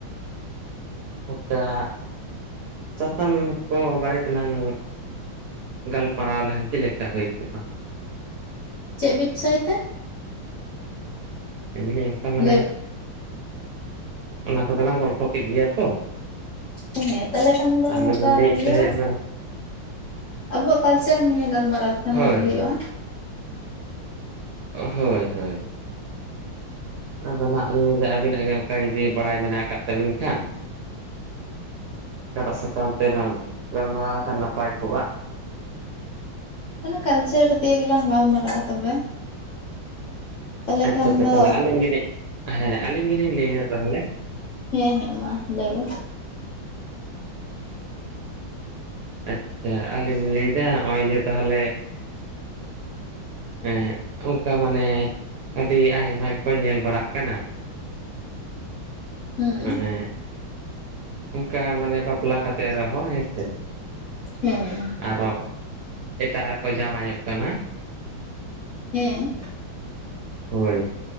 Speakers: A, on the right; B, on the left.
A: ᱚᱱᱠᱟ ᱪᱟᱛᱚᱢ ᱠᱚ ᱵᱟᱨᱮ ᱛᱮᱞᱟᱝ ᱜᱟᱞᱢᱟᱨᱟᱣ ᱞᱮᱠᱷᱟᱱ ᱪᱮᱫ ᱞᱮᱠᱟ ᱦᱩᱭ ᱠᱚᱜᱼᱟ?
B: ᱪᱮᱫ ᱵᱤᱵᱥᱚᱭ ᱛᱮ?
A: ᱞᱟᱹᱫᱟᱤᱧ ᱚᱱᱠᱟ ᱢᱟᱱᱮ
B: ᱞᱟᱹᱭ
A: ᱚᱱᱟ ᱠᱚᱫᱚᱞᱟᱝ ᱜᱚᱞᱯᱷᱚ ᱠᱮᱫ ᱜᱮᱭᱟ ᱛᱚ,
B: ᱦᱮᱸ ᱛᱟᱦᱚᱞᱮ ᱠᱷᱟᱱ ᱫᱚ
A: ᱟᱫᱚ
B: ᱱᱚᱝᱠᱟ
A: ᱞᱤᱧ ᱞᱟᱹᱭᱮᱫ
B: ᱤᱭᱟᱹ
A: ᱛᱟᱦᱮᱸᱫ ᱱᱟ
B: ᱟᱵᱚᱣᱟᱜ ᱠᱟᱞᱪᱟᱨ ᱱᱤᱭᱮ ᱜᱟᱞᱢᱟᱨᱟᱣ ᱞᱮᱠᱷᱟᱱ
A: ᱦᱳᱭ
B: ᱵᱷᱟᱜᱤ ᱦᱩᱭᱩᱜᱼᱟ᱾
A: ᱦᱳᱭ ᱚ ᱦᱳᱭ, ᱦᱳᱭ, ᱟᱫᱚ ᱱᱟᱸᱜ ᱞᱤᱧ ᱞᱟᱹᱭᱫᱟ ᱟᱹᱵᱤᱱᱟᱜ ᱜᱮ ᱚᱱᱠᱟ ᱡᱩᱫᱤ ᱵᱟᱲᱟᱭ ᱢᱮᱱᱟᱜ ᱟᱠᱟᱫ ᱛᱟᱹᱵᱤᱱ ᱠᱷᱟᱱ? ᱚᱠᱟᱴᱟᱜ ᱥᱟᱠᱟᱢ ᱛᱮᱞᱟᱝ ᱜᱚᱞᱢᱟᱨᱟᱣ ᱞᱮᱠᱷᱟᱱ ᱱᱟᱯᱟᱭ ᱠᱚᱜᱼᱟ?
B: ᱚᱱᱟ ᱠᱟᱞᱪᱟᱨ ᱫᱤᱭᱮ ᱜᱮᱞᱟᱝ ᱜᱟᱞᱢᱟᱨᱟᱜᱼᱟ ᱛᱚᱵᱮ, ᱛᱟᱦᱚᱞᱮ
A: ᱟᱪᱪᱷᱟ,
B: ᱠᱷᱟᱱ
A: ᱟᱪᱪᱷᱟ,
B: ᱫᱚ
A: ᱛᱟᱦᱚᱞᱮ ᱟᱹᱞᱤᱧ ᱜᱮᱞᱤᱧ ᱦᱮᱸ ᱟᱹᱞᱤᱧ ᱜᱮᱞᱤᱧ ᱞᱟᱹᱭᱱᱟ ᱛᱟᱦᱚᱞᱮ?
B: ᱦᱮᱸ, ᱦᱮᱸ, ᱢᱟ ᱞᱟᱹᱭ ᱢᱮ᱾
A: ᱟᱪᱪᱷᱟ ᱟᱹᱞᱤᱧ ᱞᱟᱹᱭᱫᱟ ᱱᱚᱜᱼᱚᱭ ᱡᱮ ᱛᱟᱦᱚᱞᱮ ᱦᱮᱸ ᱚᱱᱠᱟ ᱢᱟᱱᱮ ᱟᱹᱰᱤ ᱟᱭᱢᱟ ᱜᱮᱠᱚ ᱧᱮᱞ ᱵᱟᱲᱟᱜ ᱠᱟᱱᱟ,
B: ᱦᱩᱸ,
A: ᱦᱮᱸ, ᱚᱱᱠᱟ ᱢᱟᱱᱮ ᱵᱟᱯᱞᱟ ᱠᱟᱛᱮᱜ ᱨᱮᱦᱚᱸ ᱦᱮᱸ ᱥᱮ,
B: ᱦᱮᱸ
A: ᱟᱨᱚᱸ ᱮᱴᱟᱜ ᱨᱮᱠᱚ ᱡᱟᱶᱟᱭᱚᱜ ᱠᱟᱱᱟ᱾
B: ᱦᱮᱸ,
A: ᱦᱳᱭ,